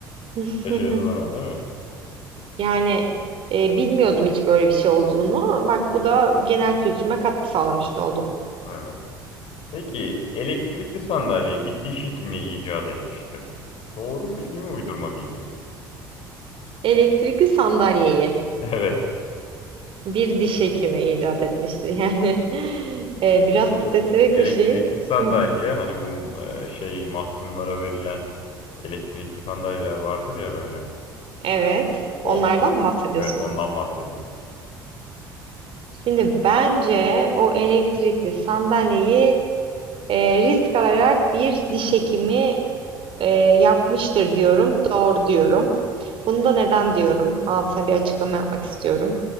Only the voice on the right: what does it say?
<laughs>
Yani e, bilmiyordum hiç böyle bir şey olduğunu. Bak bu da genel kültürüme katkı sağlamış oldu.
Elektrikli sandalyeyi
bir diş hekimi icat etmiştir. Yani <laughs> e, biraz
spesifik
bir şey.
Şimdi
evet,
onlardan mı bahsediyorsun?
Şimdi bence o elektrikli sandalyeyi e, risk alarak bir diş hekimi Ee, yapmıştır diyorum. Doğru diyorum. Bunu da neden diyorum? Altına bir açıklama yapmak istiyorum.